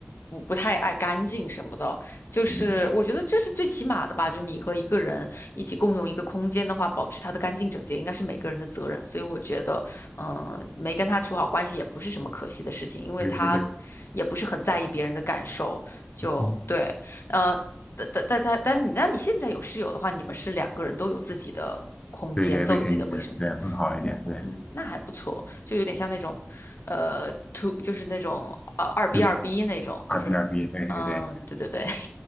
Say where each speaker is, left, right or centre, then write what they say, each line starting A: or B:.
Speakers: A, on the left; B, on the left.
A: 不不太爱干净什么的，就是我觉得这是最起码的吧。
B: 对对
A: 就你和一个人一起共用一个空间的话，保持它的干净整洁，应该是每个人的责任。所以我觉得，嗯、没跟他处好关系也不是什么可惜的事情，因为他也不是很在意别人的感受。
B: 对对对，
A: 就对，
B: 嗯
A: 呃，但但但但但你那你现在有室友的话，你们是两个人都有自己的空间，
B: 对对，
A: 都有自己的卫生间。
B: 卫生间对会好一点，
A: 嗯。
B: 对。
A: 嗯，那还不错，就有点像那种，呃 t o 就是那种呃二 B
B: 就
A: 二 B 那种，
B: 二
A: 就是，
B: b 二 b 对对对。
A: 嗯、对对对，